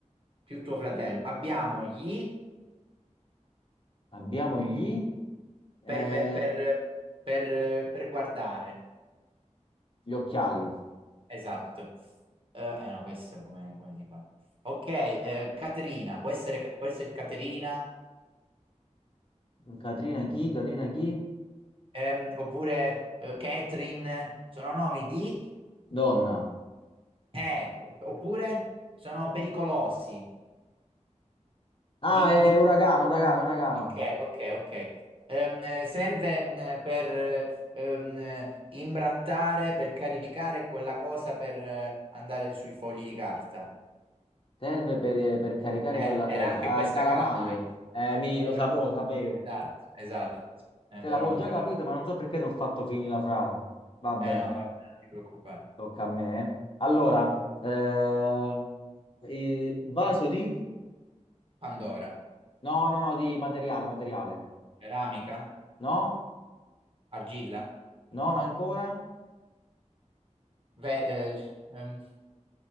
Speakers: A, on the right; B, on the left.
A: più tuo fratello,
B: Ok.
A: abbiamo gli
B: Abbiamo gli, eh,
A: per, ve- per, per, per guardare.
B: gli occhiali.
A: Esatto. Eh, eh, no, questo come, come si fa? Ok, eh, Caterina, può essere, può essere Caterina,
B: Catrina chi? Catrina chi?
A: ehm, oppure eh, Catherine, sono nomi di
B: Donna.
A: eh, oppure sono pericolosi.
B: Ah,
A: Di,
B: è
A: di-
B: uragano, uragano, uragano.
A: Ok, ok, ok. Ehm, serve ehm, per ehm, imbrattare, per caricare quella cosa per eh, andare sui fogli di carta.
B: Serve per, per caricare
A: Eh,
B: quella
A: era
B: cosa.
A: anche
B: Ah,
A: questa
B: calamaio.
A: Calamaio.
B: Eh, mi,
A: Sì, era-
B: lo sapevo, lo sapevo.
A: Esatto, esatto. Eh,
B: Cioè,
A: però
B: l'avevo
A: mancava.
B: già capito, ma non so perché ti ho fatto finire la frase. Vabbè,
A: Eh no, vabbè, non ti preoccupare.
B: tocca a me. eh. Allora,
A: Vai.
B: eh, eh, vaso di?
A: Pandora,
B: No, no, no, di materiale, materiale.
A: ceramica,
B: No?
A: argilla,
B: No, Non ancora?
A: Ve- eh, ehm,